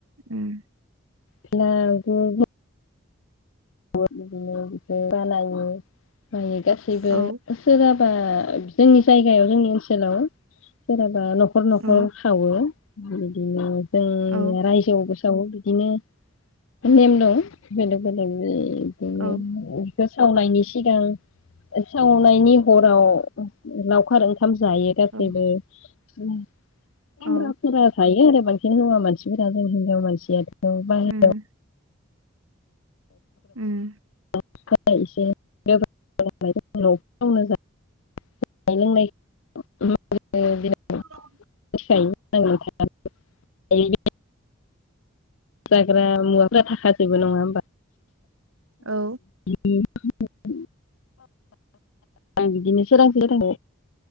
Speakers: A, on the right; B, on the left.
A: ओम
B: बेलागुर औ <unintelligible> माने गासैबो
A: औ
B: सोरबा बा जोंनि जायगायाव जोंनि ओनसोलाव सोराबा बा नखर नखर
A: औ
B: सावो बिदिनो जों
A: औ
B: रायजोआवबो दाव बिदिनो नेम दं बेलेग बेलेग। <unintelligible>
A: औ
B: बेखौ सावनायनि सिगां सावनायनि हराव लावखार ओंखा ओंखाम जायो गासैबो।
A: औ
B: उम सेंग्राफोरा
A: औ
B: जायो आरो। बांसिन हौवा मानसिफोरा जों हिनजाव मानसिया औ बाहेरायाव
A: उम उम
B: <unintelligible>
A: <unintelligible>
B: <unintelligible> जाग्रा मुवाफ्रा थाखा जोबो नङा होमबा?
A: औ।
B: <unintelligible> जोङो